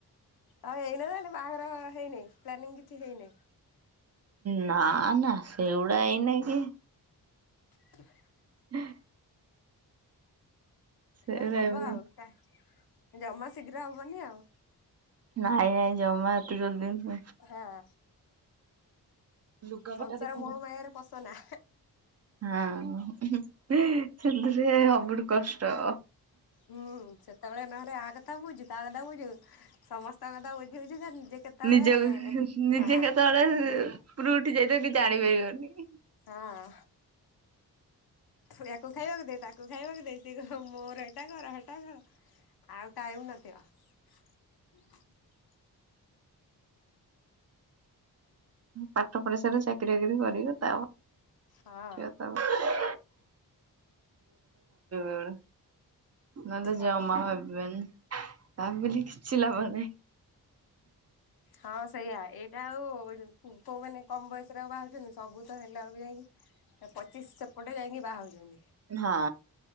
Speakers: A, on the left; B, on the right.
A: ଆଉ ଏଇନା ତାହେଲେ ବାହାଘର ହେଇନେଇ ପ୍ଲାନିଂ କିଛି ହେଇନେଇ।
B: ନା ନା ସେଗୁଡା ଏଇନା କି?
A: <inaudible>
B: <inaudible> ସେଗୁଡା
A: ହଁ ହବ
B: ଏବେ
A: ଆଉ ତା ଜମା ଶୀଘ୍ର ହବନି ଆଉ।
B: ନାଇଁ ନାଇଁ ଜମା ଏତେ ଜଲଦି ନୁହଁ
A: ହଁ
B: ଲୁଗାପଟା
A: ସଂସାର
B: ଦେଖ
A: ମୋହମୟାରେ ପସନା।
B: ହଁ ସେଥିରେ ସବୁଠୁ କଷ୍ଟ।
A: ହୁଁ ସେତେବେଳେ ନହେଲେ ଆ କଥା ବୁଝୁ ତା କଥା ବୁଝୁ ସମସ୍ତଙ୍କ କଥା ବୁଝୁ ବୁଝୁକା ନିଜେ କେତେବେଳେ
B: ନିଜ ନିଜେ
A: ହଁ
B: କେତେବେଳେ ଉପୁରୁକୁ ଉଠି ଯାଇଥିବ କିଛି ଜାଣି ପାରିବନି।
A: ହଁ ୟାକୁ ଖାଇବାକୁ ଦେ ତାକୁ ଖାଇବାକୁ ଦେ କିଏ କହିବ ମୋର ଏଟା କର ହେଟା ସେଟା କର। ଆଉ ଟାଇମ୍ ନ ଥିବ। <unintelligible>
B: ପାଠ ପଢି ସଇଲେ ଚାକିରି ବାକିରି କରିବି ଦେଖିଆ
A: ହଁ
B: ତା ପରେ। <unintelligible> ନ ଲେ ଜମା
A: ହଁ
B: ଭାବିବେନି ଭାବିଲେ କିଛି ଲାଭ ନାହିଁ।
A: ହଁ, ସେଇଆ ଏଇଟା ଆଉ କୋଉ ମାନେ କମ ବୟସରେ ଆଉ ବାହା ହଉଛନ୍ତି ସବୁ ତ ହେଲା ବେଳକୁ ଯାଇକି ପଚିଶ ସେପଟେ ଯାଇକି ବାହା ହଉଛନ୍ତି।
B: ହଁ।